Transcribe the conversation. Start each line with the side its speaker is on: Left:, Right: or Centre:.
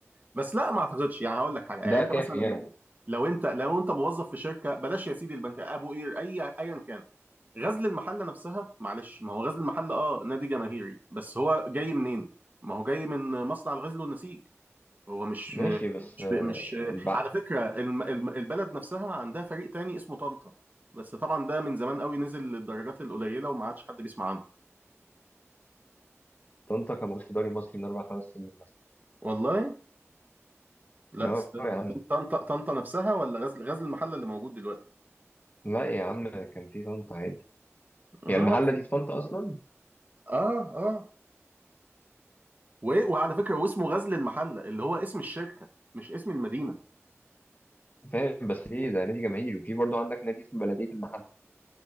Right: بس لا ما اعتقدش يعني هقول لك حاجه يعني
Left: ده
Right: انت
Left: كافي
Right: مثلا
Left: يعني
Right: لو انت لو انت موظف في شركه بلاش يا سيدي البنك ابو قير اي ايا كان غزل المحله نفسها معلش ما هو غزل المحله اه نادي جماهيري بس هو جاي منين؟ ما هو جاي من مصنع الغزل والنسيج هو مش
Left: ماشي بس
Right: مش
Left: آه،
Right: مش
Left: البع
Right: على فكرة الم- الم- البلد نفسها عندها فريق تاني اسمه طنطا بس طبعا ده من زمان قوي نزل للدرجات القليلة وما عادش حد بيسمع عنه
Left: طنطا كان موجود في الدوري المصري من أربع خمس سنين مثلا
Right: والله لا
Left: اه
Right: استنى
Left: يا عم
Right: طنطا طنطا نفسها ولا غزل غزل المحلة اللي موجود دلوقتي
Left: لا يا عم كان في طنطا عادي
Right: اه
Left: هي المحلة دي في طنطا أصلا
Right: اه اه و- وعلى فكرة واسمه غزل المحلة اللي هو اسم الشركة مش اسم المدينة
Left: فاهم بس ليه ده نادي جماهيري وفي برضه عندك نادي اسمه بلدية المحل